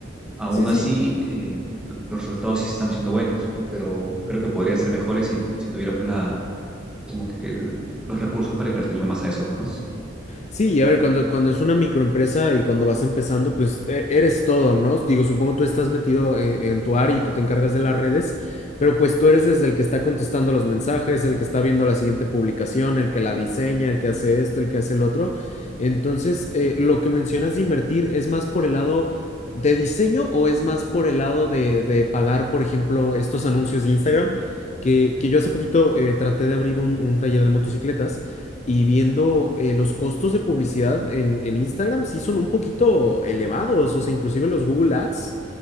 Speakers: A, in the centre; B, on the left.
A: Aún
B: Sí, sí,
A: así, eh, los resultados sí están siendo buenos, pero creo que podrían ser mejores si, si tuviéramos la como que el- los recursos para invertirle más a eso, pues, ¿no?
B: Sí, y a ver, cuando, cuando es una microempresa y cuando vas empezando, pues e- eres todo, ¿no? Digo, supongo tú estás metido en, en tu área y tú te encargas de las redes, pero pues tú eres desde el que está contestando los mensajes, el que está viendo la siguiente publicación, el que la diseña, el que hace esto, el que hace el otro. Entonces, eh, lo que mencionas de invertir, ¿es más por el lado de diseño o es más por el lado de, de pagar, por ejemplo, estos anuncios de Instagram? Que, que yo hace poquito eh, traté de abrir un un taller de motocicletas y viendo eh, los costos de publicidad en, en Instagram sí son un poquito elevados, o sea, inclusive los Google Ads